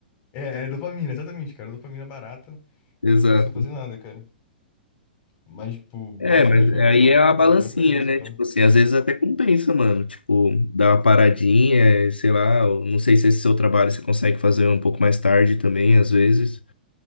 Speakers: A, on the left; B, on the left.
A: É, é dopamina, exatamente, cara. Dopamina barata
B: Exato.
A: e ficar sem fazer nada, cara. Mas, tipo, basicamente
B: É, mas
A: meu
B: aí
A: trampo,
B: é uma balancinha,
A: meu trampo é esse,
B: né?
A: já.
B: Tipo assim, às vezes até compensa, mano. Tipo, dar uma paradinha, sei lá. eu Não sei se esse seu trabalho você consegue fazer um pouco mais tarde também, às vezes.